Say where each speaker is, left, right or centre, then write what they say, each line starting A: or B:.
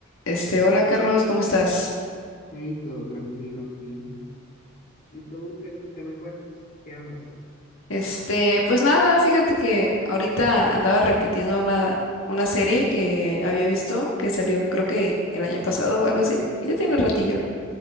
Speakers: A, on the left; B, on the left.
A: Este, hola Carlos, ¿cómo estás?
B: Hey, todo tranquilo aquí. ¿Y tú qué, qué me cuentas? ¿Qué andas?
A: Este, pues nada, fíjate que ahorita andaba repitiendo una, una serie que había visto, que salió creo que el año pasado o algo así, ya tiene ratillo.